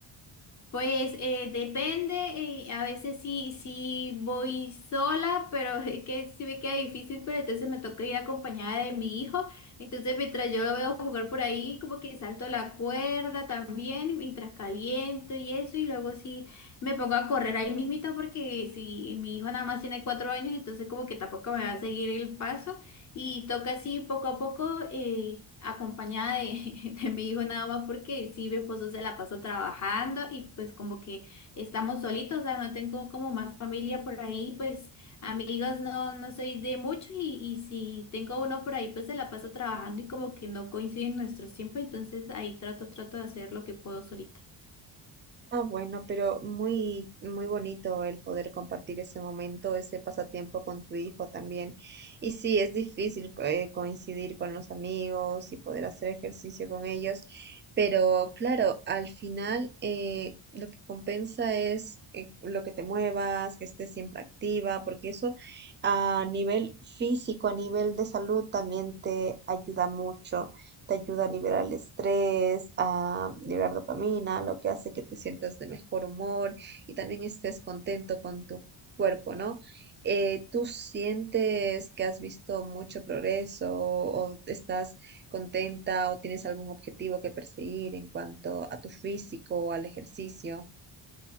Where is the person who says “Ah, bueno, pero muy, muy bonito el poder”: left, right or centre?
Right